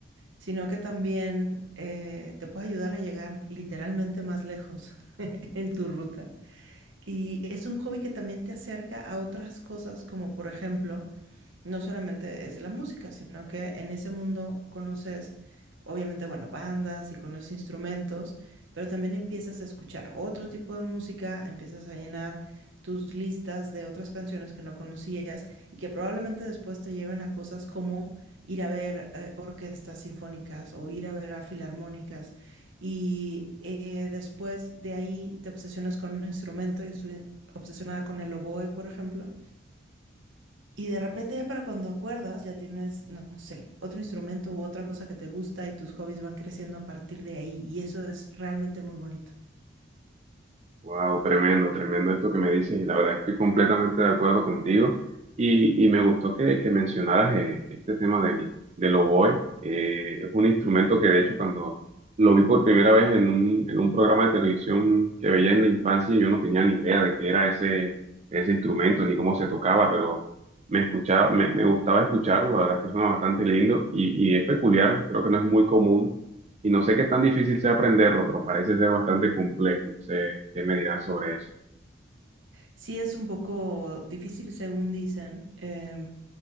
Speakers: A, on the right; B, on the right.
A: sino que también eh, te puede ayudar a llegar literalmente más lejos <laughs> en tu ruta. Y es un hobby que también te acerca a otras cosas, como por ejemplo, no solamente es de la música, sino que en ese mundo conoces, obviamente, bueno, bandas y conoces instrumentos, pero también empiezas a escuchar otro tipo de música, empiezas a llenar tus listas de otras canciones que no conocías y que probablemente después te lleven a cosas como ir a ver eh, orquestas sinfónicas o ir a ver a filarmónicas. Y eh, después de ahí te obsesionas con un instrumento. Yo estuve obsesionada con el oboe, por ejemplo y de repente ya para cuando acuerdas, ya tienes, no, no sé, otro instrumento u otra cosa que te gusta y tus hobbies van creciendo a partir de ahí. Y eso es realmente muy bonito.
B: Wow, tremendo, tremendo esto que me dices y la verdad estoy completamente de acuerdo contigo y, y me gustó que, que mencionaras eh, este tema del, del oboe. Eh, es un instrumento que de hecho cuando lo vi por primera vez en un, en un programa de televisión que veía en la infancia yo no tenía ni idea de qué era ese, ese instrumento ni cómo se tocaba, pero me escuchaba, me, me gustaba escucharlo, la verdad es que suena bastante lindo y, y es peculiar, creo que no es muy común Y no sé qué tan difícil sea aprenderlo, pero parece ser bastante complejo. No sé qué me dirás sobre eso.
A: Sí, es un poco difícil según dicen. Em,